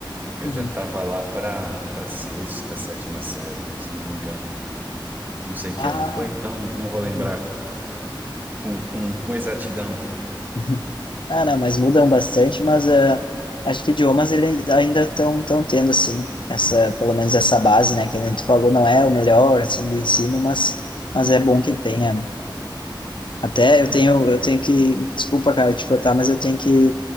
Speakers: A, on the right; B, on the left.
A: eu
B: Uhum.
A: já estava lá para para sexta, sétima série, se não me engano. Não sei que
B: Ah,
A: ano foi, então não vou lembrar
B: uhum.
A: com, com, com exatidão.
B: Uhum. Ah, não, mas mudam bastante, mas ah, acho que idiomas ele ainda estão tão tão tendo, assim, essa, pelo menos essa base, né? Que nem tu falou, não é o melhor, assim, do ensino, mas, mas é bom que tenha, né? Até eu
A: É,
B: tenho,
A: foi
B: eu tenho que, desculpa, cara, te cortar, mas eu tenho que,